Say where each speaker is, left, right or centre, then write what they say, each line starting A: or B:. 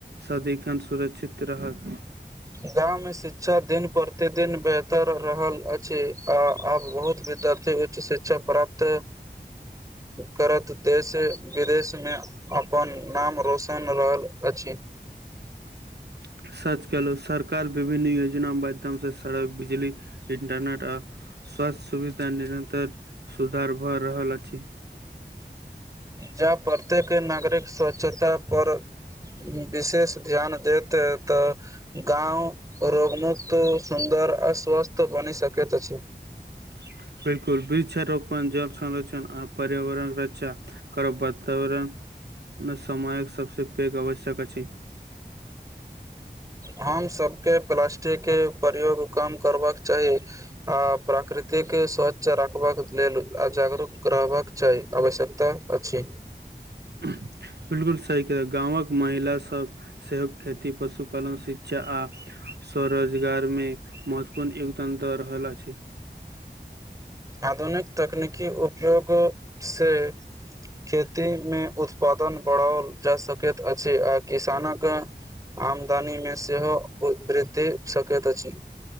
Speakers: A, on the right; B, on the right.
A: सदिखन सुरक्षित रह हक
B: गाँंव में शिक्षा दिन प्रतिदिन बेहतर रहल अछि आ आब बहुत विद्या शिक्षा प्राप्त करत देश विदेश मे अपन नाम रोशन रहल अछि
A: <inaudible> सच कयलहुँ सरकार विभिन्न योजना माध्यम सँ सड़क बिजली इन्टरनेट आ स्वास्थ्य सुविधा निरतर सुधार भऽ रहल अछि
B: ज प्रत्येक नागरिक स्वच्छता पर विशेष ध्यान देत तऽ गाँव रोगमुक्त सुं सुन्दर अ स्वस्थ बनि सकैत अछि
A: <inaudible> बिल्कुल वृक्षारोपण जल संरक्षण आ पर्यावरण रक्षा करब वातावरण मे समयक सबसे पैघ आवश्यक अछि
B: हम सबके प्लास्टिक के प्रयोग कम करबाक चाही आ प्राकृतिक स्वच्छ रखबाक लेल आ जागरूक रहबाक क चाहि आवश्यकता अछि
A: <inaudible> बिलकुल सही गाँवक महिला सब सेहो खेती पशुपालन शिक्षा आ स्वरोजगार मे महत्वपूर्ण योगदान दऽ रहल अछि
B: आधुनिक तकनीकी उपयोग सँ खेती मे उत्पादन बढ़ाओल जा सकैत अछि आ किसानक आमदनी मे सेहो वृद्धि सकैत अछि